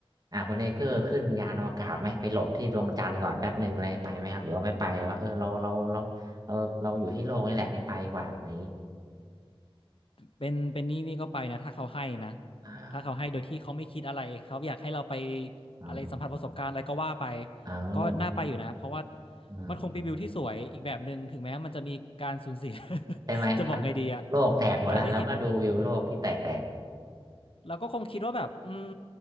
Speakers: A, on the right; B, on the left.
A: อ่าคุณเอเกอร์ขึ้นยานอวกาศไหมไปหลบที่ดวงจันทร์ก่อนแป๊บหนึ่งเลยไปไหมครับหรือว่าไม่ไปแล้วก็เออเราเราเราเราเราอยู่ที่โลกนี่แหละไม่ไปดีกว่าอะไรอย่างนี้
B: เป็นเป็นนี่นี่ก็ไปนะถ้าเขาให้นะ
A: อ่า
B: ถ้าเขาให้โดยที่เขาไม่คิดอะไรเขาอยากให้เราไป
A: อ่า
B: อะไรสัมผัสประสบการณ์อะไรก็ว่าไป
A: เออ
B: ก็น่าไปอยู่นะเพราะว่า
A: เอ
B: มันคงเป็นวิวที่สวยอีกแบบหนึ่งถึงแม้มันจะมีการสูญเสีย
A: อ
B: <laughs>
A: ใช่ไหมครับโลกแตกหมดแล้วแล้วก็ดูวิวโลกที่แตกแตก
B: จะบอกไงดีอะการได้เห็น เราก็คงคิดว่าแบบอืม